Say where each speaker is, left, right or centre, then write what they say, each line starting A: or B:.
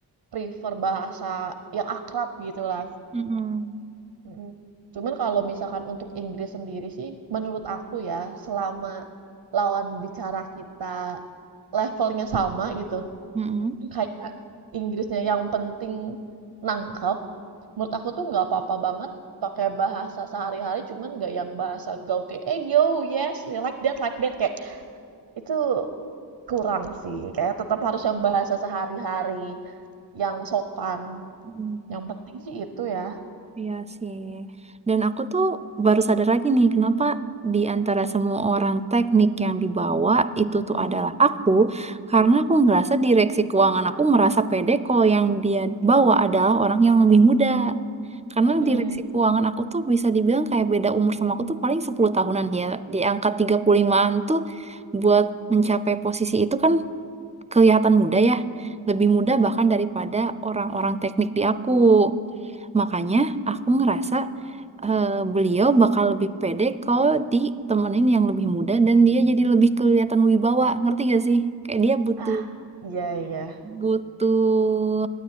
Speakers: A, on the right (about 80°); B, on the right (about 15°).
A: prefer bahasa yang akrab gitu lah
B: Mm-mm.
A: Mm. cuman kalau misalkan untuk Inggris sendiri sih menurut aku ya selama lawan bicara kita levelnya sama gitu
B: Mm-mm.
A: kayak Inggrisnya yang penting nangkep menurut aku tuh nggak apa-apa banget pakai bahasa sehari-hari cuman nggak yang bahasa gaul kayak eh yo yes like that like that kayak itu kurang sih kayak tetap harus yang bahasa sehari-hari yang sopan
B: Mm-mm.
A: yang penting sih itu ya
B: Iya sih. Dan aku tuh baru sadar lagi nih kenapa di antara semua orang teknik yang dibawa itu
A: Mm-mm.
B: tuh adalah aku karena aku ngerasa direksi keuangan aku merasa pede kalau yang dia bawa adalah orang yang lebih muda. Karena
A: Mm-mm.
B: direksi keuangan aku tuh bisa dibilang kayak beda umur sama aku tuh paling 10 tahunan ya. Di angka 35-an tuh buat mencapai posisi itu kan kelihatan muda ya. Lebih muda bahkan daripada orang-orang teknik di aku. Makanya aku ngerasa eh, beliau bakal lebih pede kalau ditemenin yang lebih muda dan dia jadi lebih kelihatan wibawa. Ngerti gak sih? Kayak dia butuh
A: ah iya iya
B: butuh